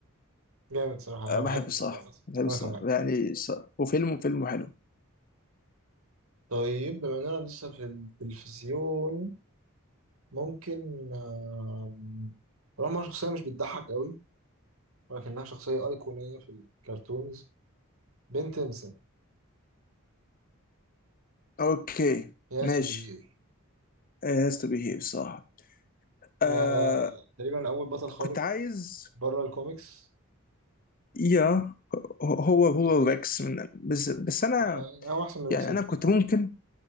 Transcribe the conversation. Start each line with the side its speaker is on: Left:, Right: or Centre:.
Right: جامد صراحة
Left: أه،
Right: انا
Left: بحب
Right: بحبه
Left: الصراحه
Right: برضه مثلا
Left: بحب
Right: وانا
Left: الصراحه
Right: كمان
Left: يعني ص- وفيلم فيلم حلو
Right: طيب بما اننا لسه في التلفزيون ممكن آم، طالما شخصية مش بتضحك قوي ولكنها شخصية أيقونية في الكرتونز بن تيمسون
Left: اوكي
Right: يا
Left: ماشي
Right: سوبر
Left: هاز تو بي هير الصراحه آه
Right: آه، تقريبا أول بطل خارق
Left: كنت عايز
Right: بره الكوميكس
Left: يا هو هو
Right: الإيلينز
Left: ريكس من بس بس انا
Right: آه، هو أحسن من ريكس
Left: يعني
Right: بكتير
Left: انا كنت
Right: صراحة
Left: ممكن